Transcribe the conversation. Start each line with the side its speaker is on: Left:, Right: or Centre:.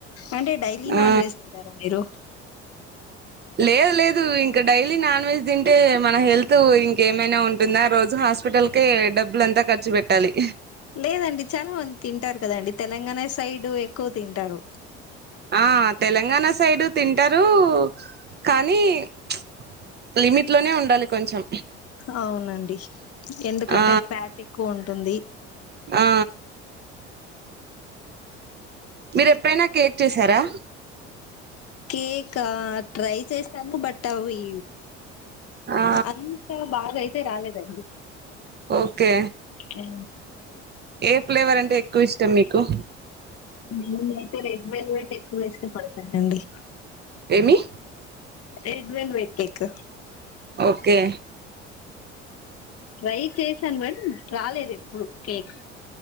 Left: అంటే డైలీ
Right: ఆ
Left: నాన్ వెజ్ తింటారా మీరు
Right: లేదు లేదు ఇంక డైలీ నాన్ వెజ్ తింటే మన హెల్త్ ఇంకేమైనా ఉంటుందా రోజు. హాస్పిటల్ కే డబ్బులంతా ఖర్చు పెట్టాలి.
Left: లేదండి చాలా మంది తింటారు కదండి తెలంగాణ సైడ్ ఎక్కువ తింటారు.
Right: ఆహ్ తెలంగాణ సైడు తింటారు కానీ ప్చ్. లిమిట్ లోనే ఉండాలి కొంచెం.
Left: అవునండి ఎందుకంటే
Right: ఆ
Left: ఫ్యాట్ ఎక్కువ ఉంటుంది.
Right: ఆ మీరు ఎప్పుడైనా కేక్ చేసారా.
Left: కేకా ట్రై చేశాను బట్ అవి.
Right: ఆ
Left: అంతా బాగా అయితే రాలేదండి.
Right: ఓకే
Left: ఆ,
Right: ఏ ఫ్లేవర్ అంటే ఎక్కువ ఇష్టం మీకు.
Left: నేను అయితే రెడ్ వెల్ వెయిట్ ఎక్కువ ఇష్టపడతానండి.
Right: ఏమి
Left: red velvet cake.
Right: Okay.
Left: Try చేశాను <unintelligible> రాలేదు ఎప్పుడు కేక్.